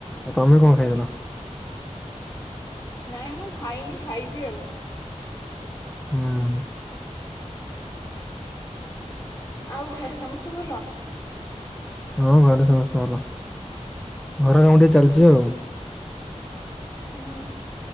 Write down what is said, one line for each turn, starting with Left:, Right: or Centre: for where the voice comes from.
Centre: ଆଉ ତମେ କଣ ଖାଇଥିଲ?
Left: ନାଇଁ ମୁଁ ଖାଇନି ଖାଇବି ଆଉ।
Centre: ହୁଁ।
Left: ଆଉ ଘରେ ସମସ୍ତେ ଭଲ?
Centre: ହଁ ଘରେ ସମସ୍ତେ ଭଲ। ଘର କାମ ଟିକେ ଚାଲିଛି ଆଉ।
Left: ହୁଁ